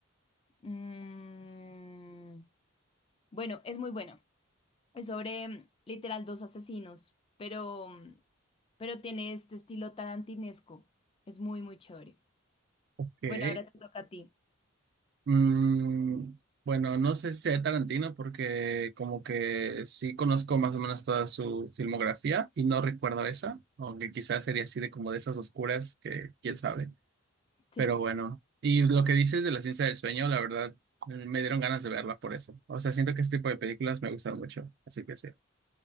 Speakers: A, on the left; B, on the right.
A: Mm, bueno, es muy buena. Es sobre mm, literal dos asesinos, pero, mm, pero tiene este estilo tarantinesco. Es muy, muy chévere.
B: ok.
A: Bueno, ahora te toca a ti.
B: Mm, bueno, no sé si sea Tarantino porque como que sí conozco más o menos toda su filmografía y no recuerdo esa, aunque quizás sería así de como de esas oscuras que quién sabe.
A: Sí.
B: Pero bueno, y lo que dices de la ciencia del sueño, la verdad, eh, me dieron ganas de verla por eso. O sea, siento que este tipo de películas me gustan mucho, así que sí.